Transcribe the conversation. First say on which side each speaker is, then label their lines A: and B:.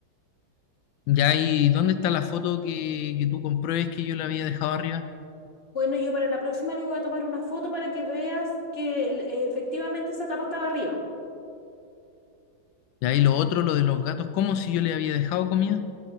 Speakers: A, on the left; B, on the left.
A: Ya, ¿y dónde está la foto que, que tú compruebes que yo la había dejado arriba?
B: Bueno, yo para la próxima le voy a tomar una foto para que veas que el- efectivamente esa tapa estaba arriba.
A: Ya, y lo otro, lo de los gatos, ¿cómo si yo le había dejado comida?